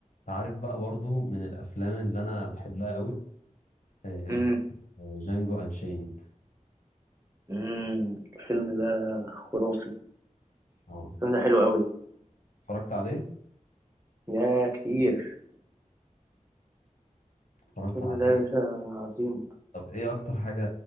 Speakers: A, on the left; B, on the right.
A: تعرف بقى برضو من الافلام اللي انا بحبها قوي آه،
B: امم
A: جانجو انشيند
B: امم الفيلم ده خرافي
A: اه
B: الفيلم ده حلو قوي
A: اتفرجت عليه
B: يا كتير
A: اتفرجت
B: الفيلم
A: عليه
B: ده يا باشا عظيم
A: طب ايه اكتر حاجة